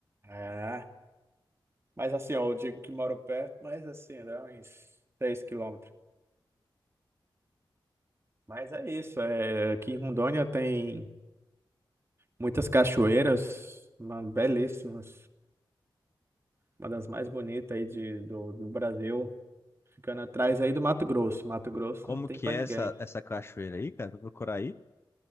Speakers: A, on the right (about 30°); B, on the left (about 30°).
A: É. Mas assim, ó, eu digo que moro perto, mas assim, dá uns 6 quilômetros. Mas é isso, é, aqui em Rondônia tem muitas cachoeiras, uma, belíssimas, uma das mais bonitas aí de, do, do Brasil, ficando atrás aí do Mato Grosso. Mato Grosso
B: Como
A: não tem
B: que
A: pra
B: é
A: ninguém.
B: essa, essa cachoeira aí, cara? Vou procurar aí.